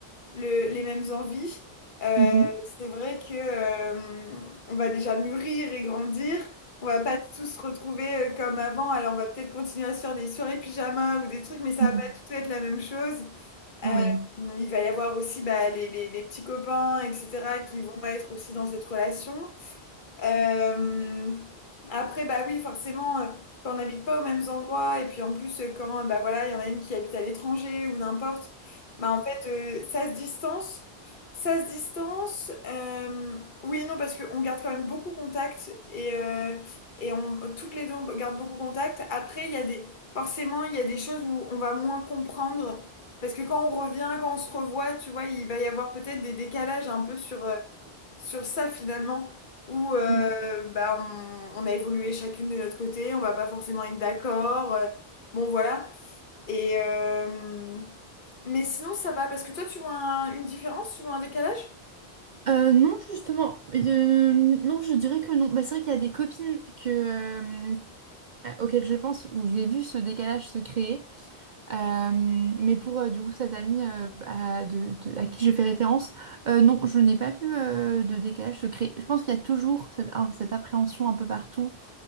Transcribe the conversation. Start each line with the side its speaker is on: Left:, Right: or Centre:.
Left: le- les mêmes envies. Euh,
Right: Mhm.
Left: c'est vrai que euh, on va déjà mûrir et grandir. On va pas tous se retrouver euh, comme avant. Alors on va peut-être continuer à se faire des soirées pyjama ou des trucs, mais ça
Right: Mhm.
Left: va pas du tout être la même chose.
Right: Mhm.
Left: Euh,
Right: Oui.
Left: il va y avoir aussi bah, les, les- les petits copains, etc., qui vont être aussi dans cette relation. Euh, après, bah oui, forcément, euh, quand on n'habite pas aux mêmes endroits, et puis en plus, euh, quand euh, bah voilà, il y en a une qui habite à l'étranger ou n'importe, bah en fait, euh, ça se distance. Ça se distance. euh, oui, et non, parce qu'on garde quand même beaucoup contact et, euh, et on, toutes les deux, on garde beaucoup contact. Après, il y a des, forcément, il y a des choses où on va moins comprendre. Parce que quand on revient, quand on se revoit, tu vois, il va y avoir peut-être des décalages un peu sur, euh, sur ça finalement, où euh,
Right: Mhm.
Left: bah, on, on a évolué chacune de notre côté, on va pas forcément être d'accord. euh, bon, voilà. Et, euh, mais sinon, ça va, parce que toi, tu vois un- une différence, tu vois un décalage?
Right: Euh, non, justement, euh, non, je dirais que non. Bah, c'est vrai qu'il y a des copines que, euh, auxquelles je pense où j'ai vu ce décalage se créer. Euh, mais pour euh, du coup cette amie euh, à, de- de- à qui je fais référence, euh, non, je n'ai pas vu euh, de décalage se créer. Je pense qu'il y a toujours cette, un- cette appréhension un peu partout